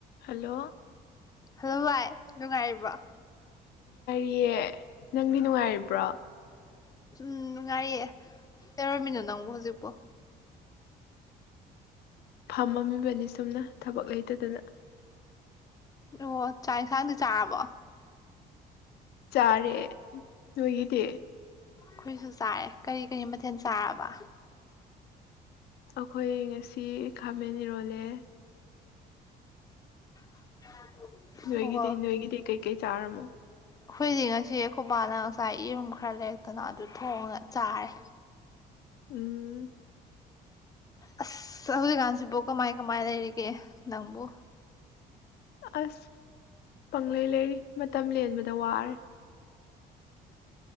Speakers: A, on the left (about 70°); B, on the left (about 20°).
A: Hello
B: hello ꯚꯥꯏ ꯅꯨꯡꯉꯥꯏꯔꯤꯕ꯭ꯔꯣ
A: ꯑꯦ ꯅꯪꯗꯤ ꯅꯨꯡꯉꯥꯏꯔꯤꯕ꯭ꯔꯣ
B: ꯎꯝ ꯅꯨꯡꯉꯥꯏꯌꯦ ꯀꯩꯗꯧꯔꯝꯃꯤꯅꯣ ꯅꯪꯕꯣ ꯍꯧꯖꯤꯛꯄꯣ
A: ꯐꯝꯃꯝꯃꯤꯕꯅꯤ ꯁꯨꯝꯅ ꯊꯕꯛ ꯂꯩꯇꯗꯅ
B: ꯑꯣ ꯆꯥꯛ ꯏꯟꯁꯥꯡꯗꯤ ꯆꯥꯔꯕꯣ
A: ꯆꯥꯔꯦ ꯅꯣꯏꯒꯤꯗꯤ
B: ꯑꯩꯈꯣꯏꯁꯨ ꯆꯥꯏꯔꯦ ꯀꯔꯤ ꯀꯔꯤ ꯃꯊꯦꯜ ꯆꯥꯔꯕ
A: ꯑꯩꯈꯣꯏ ꯉꯁꯤ ꯈꯥꯃꯦꯟ ꯏꯔꯣꯜꯂꯦ
B: <inaudible> <unintelligible>
A: ꯅꯣꯏꯒꯤꯗꯤ
B: ꯑꯣ
A: ꯅꯣꯏꯒꯤꯗꯤ ꯀꯩ ꯀꯩ ꯆꯥꯔꯝꯅꯣ
B: ꯑꯩꯈꯣꯏꯗꯤ ꯉꯁꯤ ꯑꯩꯈꯣꯏ ꯕꯥꯅ ꯉꯁꯥꯏ ꯌꯦꯔꯨꯝ ꯈꯔ ꯂꯩꯔꯛꯇꯅ ꯑꯗꯨ ꯊꯣꯡꯉꯒ ꯆꯥꯔꯦ
A: ꯎꯝ
B: ꯑꯁ ꯍꯧꯖꯤꯛꯀꯥꯟꯁꯤꯕꯨ ꯀꯃꯥꯏ ꯀꯃꯥꯏ ꯂꯩꯔꯤꯒꯦ ꯅꯪꯕꯨ
A: ꯑꯁ ꯄꯪꯂꯩ ꯂꯩꯔꯤ ꯃꯇꯝ ꯂꯦꯟꯕꯗ ꯋꯥꯔꯦ